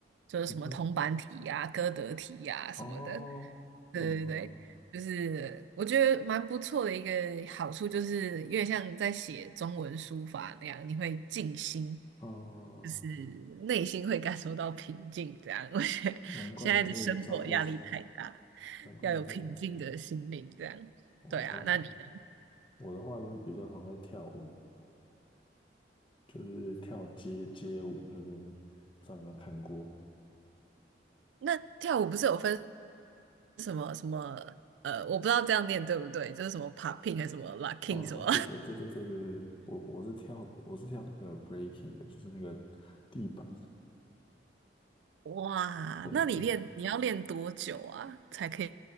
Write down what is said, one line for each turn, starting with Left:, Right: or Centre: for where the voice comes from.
Right: 就是什么铜板体呀、
Left: 嗯哼，
Right: 歌德体呀、
Left: 哦，
Right: 什么的。
Left: 嗯嗯
Right: 对对对，就是我觉得蛮不错的一个好处，就是有点像在写中文书法那样，你会静心，
Left: 嗯，
Right: 就是内心会感受到平静。这样，<laughs> 我觉得现在的生活压力太大，
Left: 难怪你可以照顾是，难怪你可以，
Right: 要有平静的心灵。这样，
Left: 哦，
Right: 对啊，
Left: 难，
Right: 那你呢？
Left: 我的话就是比较常在跳舞，就是跳街街舞，就是不知道你有没有看过。
Right: 那跳舞不是有分什么什么呃，我不知道这样念对不对，就是什么 popping 还是什么 locking
Left: 哦哦，
Right: 什么？
Left: 对对对对对对对，我我是跳我是跳那个 breaking 的，就是那个地板的。
Right: <laughs> 哇，
Left: 对，
Right: 那你练你要练多久啊，
Left: 就
Right: 才可以